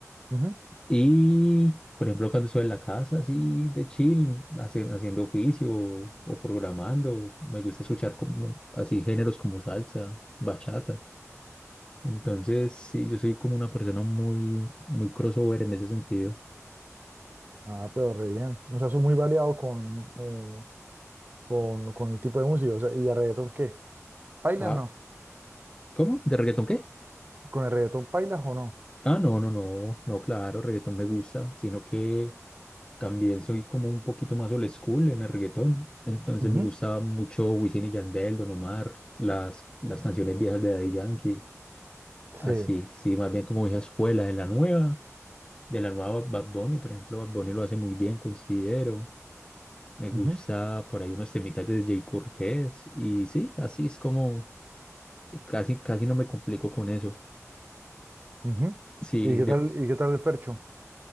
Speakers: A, on the right; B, on the left.
A: ujú.
B: Y, por ejemplo, cuando estoy en la casa, así de chill, hace- haciendo oficio o, o programando, me gusta escuchar como, bueno, así géneros como salsa, bachata. Entonces, sí, yo soy como una persona muy, muy crossover en ese sentido.
A: Ah, pero re bien. O sea, soy muy variado con, eh, con, con el tipo de música, o sea, ¿y a reggaetón qué? ¿Pailas
B: Ah,
A: no?
B: ¿cómo? ¿De reggaetón qué?
A: ¿Con el reggaetón pailas o no?
B: Ah, no, no, no, no, claro, reggaetón me gusta, sino que también soy como un poquito más old school en el reggaetón. Entonces
A: Ujú,
B: me gustaba mucho Wisin y Yandel, Don Omar, las, las canciones viejas de Daddy Yankee.
A: Sí.
B: Así, sí, más bien como esa escuela, de la nueva, de la nueva Bad Bunny, por ejemplo, Bad Bunny lo hace muy bien, considero. Me
A: ujú,
B: gusta por ahí unos temitas de Jay Cortés y sí, así es como casi, casi no me complico con eso.
A: ujú.
B: Sí,
A: ¿Y qué
B: de...
A: tal, y qué tal el Fercho?